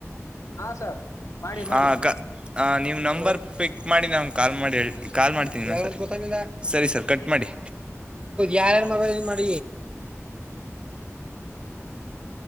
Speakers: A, on the left (about 75°); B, on the right (about 20°).
A: ಹಾ ಸರ್ ಮಾಡಿ
B: ಹ
A: ಮಾಡಿ
B: ಹ ನೀವ್ ನಂಬರ್ ಪಿಕ್ ಮಾಡಿ ನಮಗೆ ಕಾಲ್ ಮಾಡಿ ಹೇಳ್ತನಿ ಕಾಲ್ ಮಾಡ್ತಿ ಗ ಸರಿ ಸರ್ ಕಟ್ ಮಾಡಿ ಯಾರ ಮ ಮಾಡ
A: ಹೌ